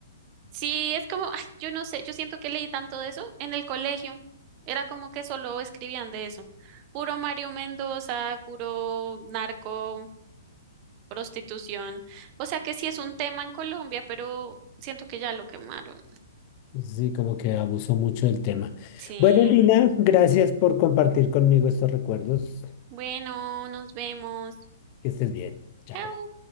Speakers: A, on the right; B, on the left.
A: Sí, es como, ay, yo no sé, yo siento que leí tanto de eso en el colegio. Era como que solo escribían de eso. Puro Mario Mendoza, puro narco, prostitución. O sea que sí es un tema en Colombia, pero siento que ya lo quemaron.
B: Sí, como que abusó mucho del tema.
A: Sí.
B: Bueno, Lina, gracias por compartir conmigo estos recuerdos.
A: Bueno, nos vemos.
B: Que estés bien. Chao.
A: Chao.